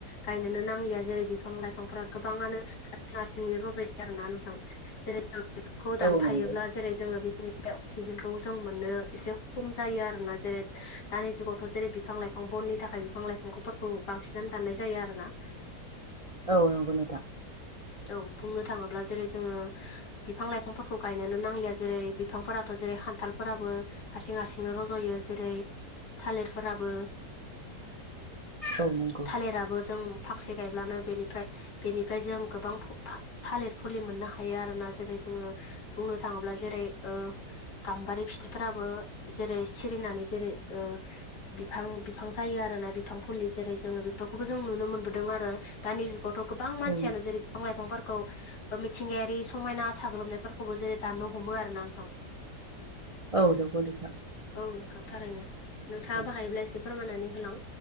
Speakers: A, on the left; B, on the right.
A: गायनोनो नांलिया जेरै बिफां लाइफांफ्रा गोबाङानो हारसिंनि रजायो आरोना नोंथां जेरै जों बेफोरखौ दानफायोब्ला
B: औ नंगौ
A: जेरै जोङो बे अक्सिजेनखौ जों मोननो एसे खम जायो आरोना जेरै दानि जुगावथ' जेरै बिफां लाइफां बननि थाखाय बिफां लाइफांफोरखौ बांसिनानो दाननाय जायो आरोना
B: औ नंगौ नोंथां
A: औ बुंनो थाङोब्ला जेरै जोङो बिफां लाइफांफोरखौ गायनोनो नांलिया जेरै बिफांफोराथ' जेरै खान्थालफोराबो हारसिं हारसिंनो रज'यो जेरै थालिरफोराबो
B: औ नंगौ
A: <unintelligible> थालिराबो जों फांसे गायब्लानो बेनिफ्राय बेनिफ्राय जों गोबां <unintelligible> थालिर फुलि मोननो हायो आरो ना जेरै जोङो बुंनो थाङोब्ला जेरै ओ गाम्बारि फिथाइ फिथाइफोराबो जेरै सिरिनानै जेरै ओ बिफां बिफां जायो आरोना बिफां फुलि जेरै जोङो बेफोरखौबो जों नुनो मोनबोदों आरो दानि जुगावथ' गोबां मानसियानो
B: औ
A: जेरै बिफां लाइफांफोरखौ मिथिंगायारि समायना साग्लोबनायफोरखौबो जेरै दाननो हमो आरोना नोंथां
B: औ नंगौ नोंथां
A: औ नोंथां थारैनो नोंथाङा
B: औ
A: बाहायोब्ला एसे फोरमायनानै होलां